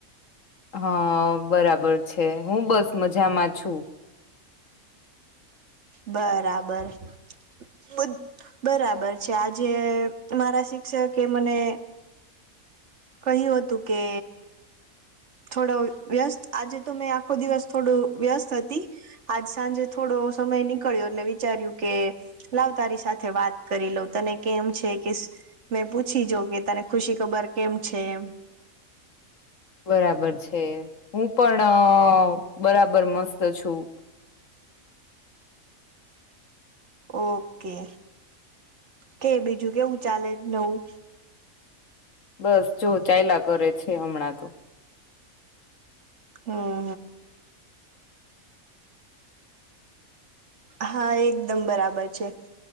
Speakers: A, on the left; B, on the right.
A: હા બરાબર છે હું બસ મજામાં છું.
B: બરાબર બ બરાબર છે આજે મારા શિક્ષકે મને, કહ્યું હતું કે, થોડો વ્યસ્ત આજે તો મેં આખો દિવસ થોડું વ્યસ્ત હતી. આજ સાંજે થોડો સમય નીકળ્યો એટલે વિચાર્યું કે, લાવ તારી સાથે વાત કરી લઉ તને કેમ છે કે, ને પૂછી જોવ કે તને ખુશી ખબર કેમ છે એમ,
A: બરાબર છે હું પણ બરાબર મસ્ત છું.
B: ઓકે, કે બીજું કેવું ચાલે નવું.
A: બસ જો ચાયલા કરે છે હમણાં તો,
B: હું હા એકદમ બરાબર છે.